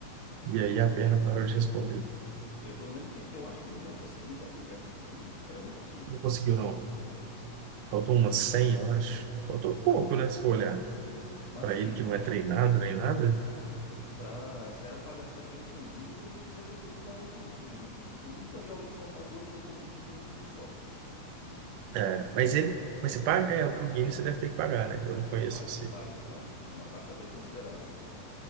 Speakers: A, on the left; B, on the right.
A: É,
B: e
A: não.
B: aí a perna parou de responder.
A: Eu, eu lembro que ele- eu acho que ele não conseguiu bater o recorde, inclusive, porque era muito absurdo.
B: Não conseguiu, não. Faltou umas 100 eu acho. Faltou pouco, né? Se for olhar
A: Mas
B: para
A: assim,
B: ele que não é treinado nem nada.
A: pra, se era pra gastar dinheiro com o Guinness, eles deviam ter feito o da Lamborghini, né, pô? Porque eu nunca vi alguém saltar duas Lamborghini no mesmo vídeo só.
B: É, mas ele, mas você paga, é, para o Guinness você deve ter que pagar, né? Eu não conheço
A: Paga,
B: você.
A: paga, paga. É uma taxa até considerável.